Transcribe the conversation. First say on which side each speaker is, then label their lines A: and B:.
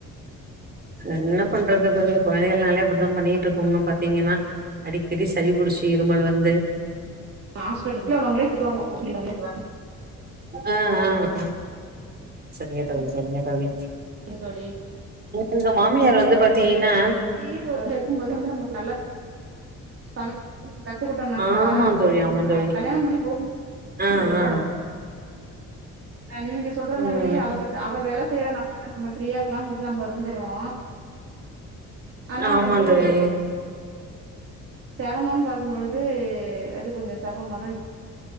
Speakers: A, on the right (about 30°); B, on the right (about 50°).
A: என்ன பண்றது தோழி கொழந்தைகள்னாலெ அப்டிதா பண்ணிட்ருக்குங்க பாத்தீங்கன்னா அடிக்கடி சளிபுடிச்சு இருமல் வந்து
B: ஹாஸ்பிட்டல்ல அவுங்ளே திட்டுவாங்க <unintelligible>
A: ஆ ஆ ஆ சரிங்க தோழி சரிங்க தோழி
B: எ தோழி
A: எங்க மாமியார் வந்து பாத்தீகன்னா
B: <unintelligible> இருக்கும்போது வந்து நமக்கு நல்ல சமைக்க கத்துக்கிட்டோனாக்கா
A: ஆமா தோழி ஆமா
B: அ
A: தோழி
B: கல்யாணம் பண்ணி போகும்போது
A: ஆ
B: இருக்காது
A: ஆ
B: அ நீங்க சொல்ற
A: ம்
B: மாதிரியே அவக்கத்து அவ வேல செய்றா நம் பாருங்க நம்ம ஃப்ரியா கல்யாணம் பண்ட்டு நம்ம இருந்துர்றோ ஆனா
A: ஆமா
B: வந்து
A: தோழி
B: செரமோன்னு பாக்கும்பொழுது அது கொஞ்சோ செரமமாதா இரு